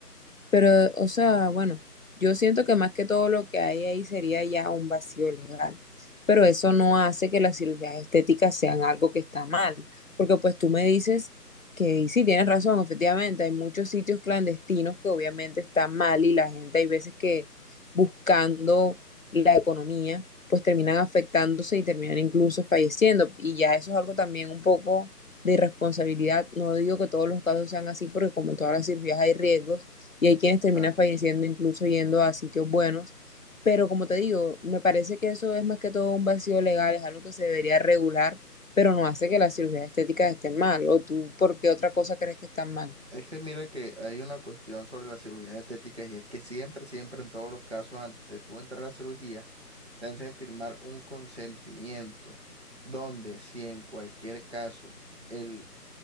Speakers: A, on the left; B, on the right.
A: Pero, o sea, bueno, yo siento que más que todo lo que hay ahí sería ya un vacío legal, pero eso no hace que las cirugías estéticas sean algo que está mal, porque pues tú me dices que y sí, tienes razón, efectivamente, hay muchos sitios clandestinos que obviamente están mal y la gente hay veces que buscando la economía, pues terminan afectándose y terminan incluso falleciendo, y ya eso es algo también un poco de irresponsabilidad, no digo que todos los casos sean así, porque como en todas las cirugías hay riesgos, y hay quienes terminan
B: Claro.
A: falleciendo incluso yendo a sitios buenos. Pero como te digo, me parece que eso es más que todo un vacío legal, es algo que se debería regular, pero no hace que las cirugías estéticas estén mal. ¿O tú por qué otra cosa crees que están mal?
B: Es que mira que hay una cuestión sobre las cirugías estéticas y es que siempre, siempre en todos los casos, antes de tú entrar a la cirugía, te hacen firmar un consentimiento donde si en cualquier caso el,